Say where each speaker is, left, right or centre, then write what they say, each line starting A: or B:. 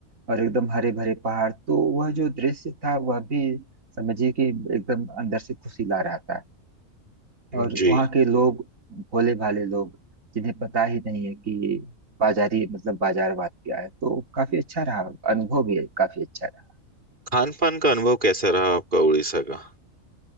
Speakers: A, on the right; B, on the right.
A: और एकदम हरे भरे पहाड़ तो वह जो दृश्य था वह भी समझिए कि एकदम अंदर से खुशी ला रहा था और
B: जी
A: वहाँ के लोग भोले भाले लोग जिन्हें पता ही नहीं है कि बाजारी मतलब बाजारवाद क्या है तो काफी अच्छा रहा अनुभव भी काफी अच्छा रहा
B: खान पान का अनुभव कैसा रहा आपका उड़ीसा का